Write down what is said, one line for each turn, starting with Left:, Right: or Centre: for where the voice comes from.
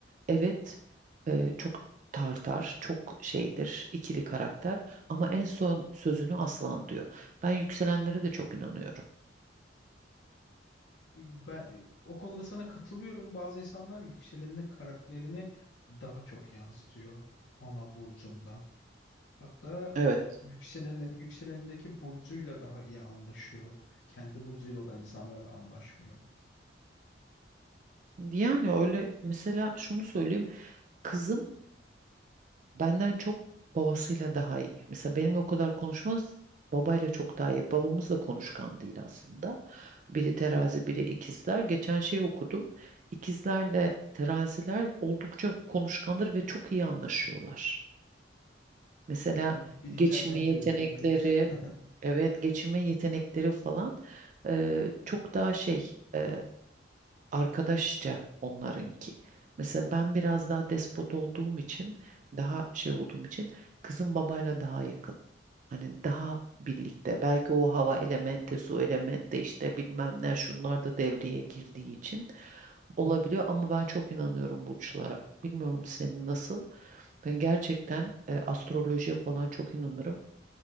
Right: Evet, e, çok tartar, çok şeydir, ikili karakter ama en son sözünü aslan diyor. Ben yükselenlere de çok inanıyorum.
Left: Ben o konuda sana katılıyorum. Bazı insanlar yükselenin karakterini daha çok yansıtıyor ana burcundan. Hatta
Right: Evet.
Left: yükselen, yükselendeki burcuyla daha iyi anlaşıyor. Kendi burcuyla olan insanlarla anlaşmıyor.
Right: Yani öyle mesela şunu söyleyeyim. Kızım benden çok babasıyla daha iyi. Mesela benimle o kadar konuşmaz. Babayla çok daha iyi. Babamız da konuşkan değil aslında. Biri terazi, biri ikizler. Geçen şey okudum. İkizlerle teraziler oldukça konuşkandır ve çok iyi anlaşıyorlar. Mesela
Left: Ve bunu birinci
Right: geçinme
Left: elden
Right: yetenekleri,
Left: gözlemliyorsun.
Right: evet geçinme yetenekleri falan e, çok daha şey e, arkadaşça onlarınki. Mesela ben biraz daha despot olduğum için, daha şey olduğum için kızım babayla daha yakın. Hani daha birlikte. Belki o hava elementi, su elementi işte bilmem ne şunlar da devreye girdiği için olabiliyor ama ben çok inanıyorum burçlara. Bilmiyorum senin nasıl? Ben gerçekten e, astrolojiye falan çok inanırım